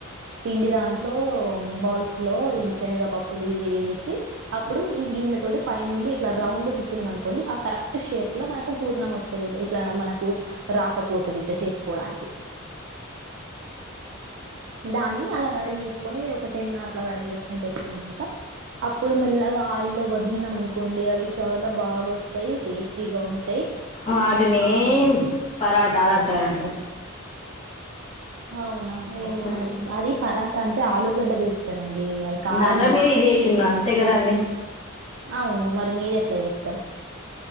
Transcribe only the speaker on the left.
వాటిని పరాటాలు అంటారండి
అసలు
దాంట్లో మీరు ఇది వేసిండ్రు అంతే కదండి